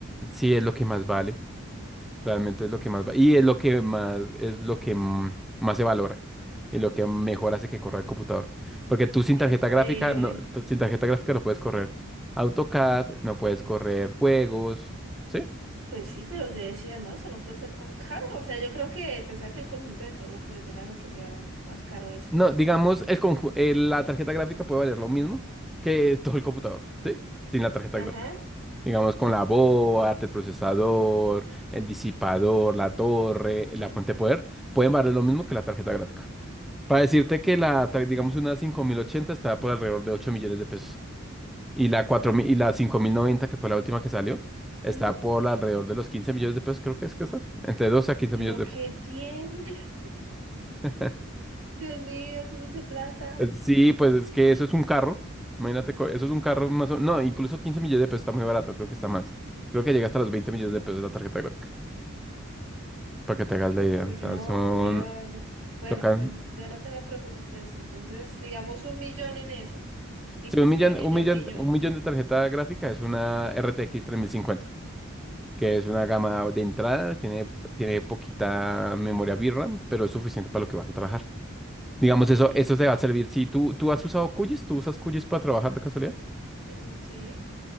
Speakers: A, in the centre; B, on the right.
A: sí es lo que más vale. Realmente es lo que más va. Y es lo que más, es lo que mm, más se valora. Y lo que mejor hace que corra el computador. Porque tú sin tarjeta
B: Increíble.
A: gráfica, no, tú sin tarjeta gráfica no puedes correr AutoCAD, no puedes correr juegos. ¿Sí?
B: Pues sí, pero yo decía, no, eso no puede ser tan caro. O sea, yo creo que pensaba que el conjunto de todo pues era lo que sea más caro eso.
A: No, digamos, el conju- eh, la tarjeta gráfica puede valer lo mismo que todo el computador, ¿sí? Sin la tarjeta
B: Ajá.
A: gráfica. Digamos, con la board, el procesador, el disipador, la torre, la fuente de poder, pueden valer lo mismo que la tarjeta gráfica. Para decirte que la, tra- digamos, una 5080 estaba por alrededor de 8 millones de pesos. Y la 4000 y la 5090 que fue la última que salió, está
B: ujú.
A: por alrededor de los 15 millones de pesos, creo que es que está. Entre 12 a 15
B: Pero
A: millones de
B: qué
A: pesos.
B: tiene.
A: <laughs>
B: <laughs> Dios mío, es mucha plata.
A: Pues Sí, pues es que eso es un carro. Imagínate, co- eso es un carro más o No, incluso 15 millones de pesos está muy barato, creo que está más. Creo que llega hasta los 20 millones de pesos la tarjeta gráfica. Para que te hagas
B: Oh,
A: la idea.
B: no,
A: O sea, son.
B: Dios. Bueno,
A: Tocan.
B: pues yo no tengo presupuesto, entonces digamos un millón en eso. Y
A: Sí,
B: pues
A: un millón,
B: quedaría
A: un
B: ya
A: millón,
B: un millón.
A: un millón de tarjeta gráfica es una RTX cincuenta que es una gama de entrada, tiene, tiene poquita memoria VRAM, pero es suficiente para lo que vas a trabajar. Digamos,
B: Ok.
A: eso, eso te va a servir. Si tú, tú has usado QGIS, tú usas QGIS para trabajar de casualidad,
B: Mm, sí.